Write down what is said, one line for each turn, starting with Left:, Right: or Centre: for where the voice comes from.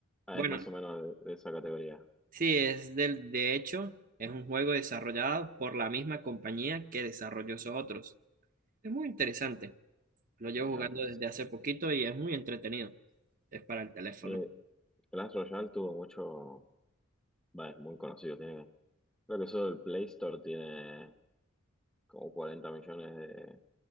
Centre: Ah,
Right: Bueno,
Centre: es más o menos de, de esa categoría.
Right: sí, es del, de hecho, es un juego desarrollado por la misma compañía que desarrolló esos otros. Es muy interesante. Lo llevo
Centre: Mirá.
Right: jugando desde hace poquito y es muy entretenido. Es para el teléfono.
Centre: Sí, Clash Royale tuvo mucho. Va, es muy conocido. Tiene, creo que solo el Play Store tiene como 40 millones de,